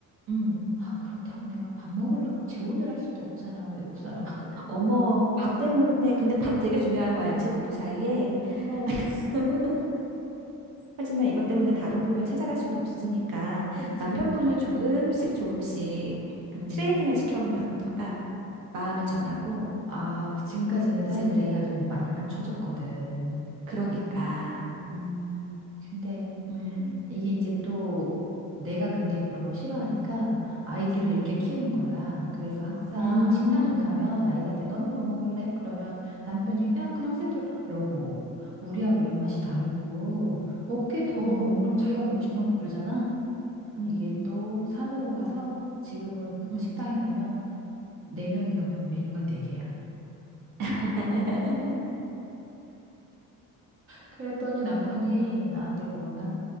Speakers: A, on the right; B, on the right.
A: 음.
B: 아, 그렇다고 내가 밥 먹으려고 재혼을 할 수도 없잖아, 외국 사람하고.
A: 어머, 밥 때문에, 근데 밥 되게 중요한 거 알지? 부부 사이에.
B: <laughs> 그럼,
A: <laughs> 하지만 이것 때문에 다른 분을 찾아갈 수는 없으니까
B: 그치.
A: 남편분을 조금씩 조금씩
B: 음.
A: 트레이닝을 시켜보면 어떨까? 마음을 전하고,
B: 아, 지금까지는
A: 이제
B: 사실
A: 우리,
B: 내가 좀 많이 맞춰줬거든.
A: 어, 그러니까,
B: 음, 근데
A: 음,
B: 이게 이제 또 내가 근데 그런 걸 싫어하니까 아이들을
A: 음,
B: 이렇게 키운 거야. 그래서 항상
A: 음,
B: 식당을 가면 아이들한테 너는 뭐 먹을래? 그러면 남편이 야, 그냥 세트로 여보, 우리하고 입맛이 다르고 먹게 더
A: 음,
B: 그럼 자기가 먹고 싶은 걸 고르잖아.
A: 음,
B: 이게 또 산으로 가서 지금은
A: 음.
B: 식당에 가면 네 명이 가면 메뉴가 네 개야.
A: <laughs>
B: 그랬더니 남편이
A: 어,
B: 나한테 그런다.